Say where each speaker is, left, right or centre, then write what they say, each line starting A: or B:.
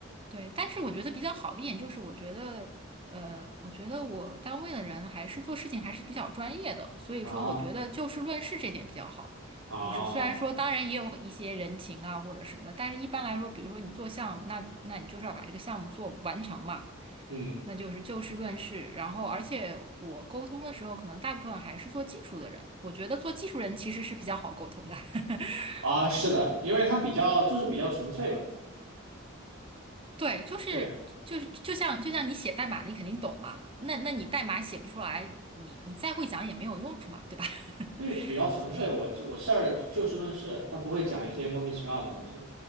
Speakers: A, on the right; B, on the right.
A: 对，但是我觉得比较好的一点就是，我觉得呃，我觉得我单位的人还是做事情还是比较专业的，所以说我觉得就事论事这点比较好。
B: 啊啊
A: 就是虽然说，当然也有一些人情啊或者什么，但是一般来说，比如说你做项目，那那你就是要把这个项目做完成嘛，
B: 嗯
A: 那就是就事论事。然后，而且我沟通的时候，可能大部分还是做技术的人，我觉得做技术人其实是比较好沟通的。<laughs>
B: 啊是的，
A: 对。
B: 因为它比较就是比较纯粹吧，
A: 对，就是就是就像就像你写代码，
B: 这
A: 你肯定懂嘛。那那你代码写不出来，你你再会讲也没有用处嘛，对吧？
B: 就是比较纯粹，
A: <laughs> 所以，
B: 我就我事儿就事论事，他不会讲一些莫名其妙的东西。